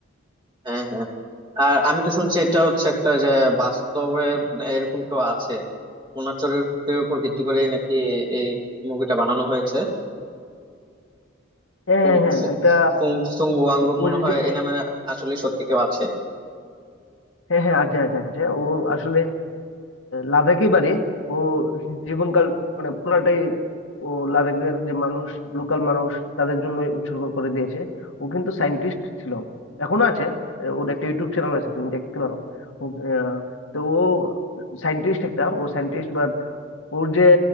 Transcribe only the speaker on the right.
হ্যাঁ হ্যাঁ হ্যাঁ। আর আমি তো শুনছি এটা হচ্ছে একটা যে বাস্তবে মানে এরকম কেউ আছে ওনার চরিত্রের উপর ভিত্তি করে নাকি এই মুভিটা বানানো হয়েছে
ফুং
ফুং-
ফুং- সুং ওয়াংরু
মনে হয়
এই নামে আসলে সত্যি কেউ আছে